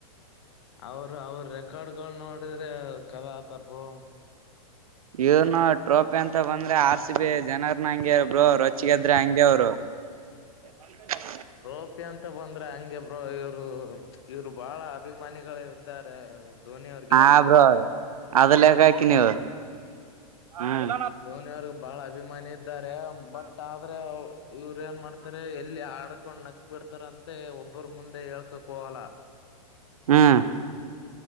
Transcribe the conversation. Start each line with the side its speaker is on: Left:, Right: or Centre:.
Left: ಅವರು ಅವ್ರ ರೆಕಾರ್ಡ್ಗಳು ನೋಡಿದ್ರೆ ಕದಾತರ್ಬು
Right: ಇವ್ನು ಟ್ರೋಪಿ ಅಂತ ಬಂದ್ರೆ ಆರ್ ಸಿ ಬಿ ಜನರ ನ ಹಂಗೆ ಬ ರೊಚಿಗೆದ್ರೆ ಹಂಗೆ ಅವರು ಹಾ
Left: ರೋಪಿ ಅಂತ ಬಂದ್ರೆ ಹಂಗೆ ಬ್ರೋ ಇವ್ರು ಇವ್ರು ಬಾಳ ಅಭಿಮಾನಿಗಳ ಇದ್ದಾರೆ ಧೋನಿ ಅವ್ರಿಗೆ
Right: ಹ ಬ್ರೋ ಅದಲ್ಲಕ್ಕ ಹಾಕ ನೀವು ಹ್ಮ್
Left: ಧೋನಿ ಅವ್ರಗ್ ಬಹಳ ಅಭಿಮಾನಿ ಇದ್ದಾರೆ ಬಟ್ ಆದ್ರೆ ಇವರು ಏನ್ ಮಾಡ್ತಾರೆ ಎಲ್ಲಿ ಆಡ್ಕೊಂಡ್ ನಕ್ ಬಿಡ್ತಾರ ಅಂತೆ ಒಬ್ಬ್ರ ಮುಂದೆ ಹೇಳ್ಕೊ ಕೋಲ
Right: ಹ್ಮ್